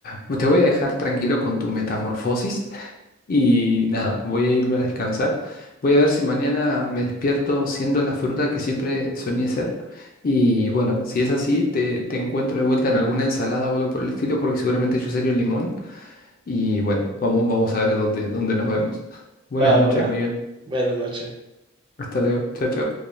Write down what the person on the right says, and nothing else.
Va,
va, va.
Buenas noches.